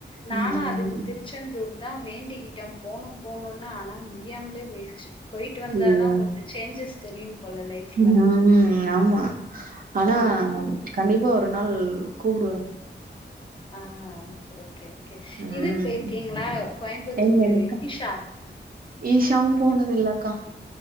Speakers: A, on the left; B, on the right.
A: நானு
B: ம்.
A: அதுக்கு திருச் செந்தூர் தான் வேண்டிக்கிட்ட போனும் போனுன்னு ஆனா முடி யாமலே போயிடுச்சு போயிட்டு வந்தாதா
B: ஐயய்யோ!
A: கொஞ்சோ சேஞ்ஜஸ் தெரியு போல லைஃப்ல
B: ம் ஆமா ஆனா
A: ஆ
B: கண்டிப்பா ஒரு நாள் கூப்டுவார்
A: ஆ ஓகே ஓகே
B: ம்.
A: இதுக்கு போயிருக்கீங்களா கோயம்புத்தூரு
B: எங்க எங்க
A: ஈஷா
B: ஈஷாவும் போனதில்லக்கா